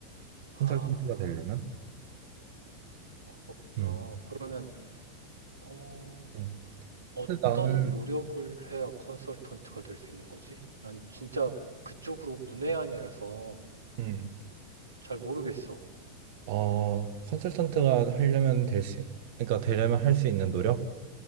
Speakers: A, on the right; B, on the right.
A: 아,
B: 컨설턴트가 되려면.
A: 그렇구나.
B: 음.
A: 그러면, 어,
B: 음.
A: 어떤
B: 근데 나는
A: 노력을 해야 컨설턴트가 될 수 있는 거지? 난 진짜 그쪽으로 문외한이라서
B: 음.
A: 잘 모르겠어.
B: 어, 컨설턴트가 하려면 될 수, 그러니까 되려면 할 수 있는 노력?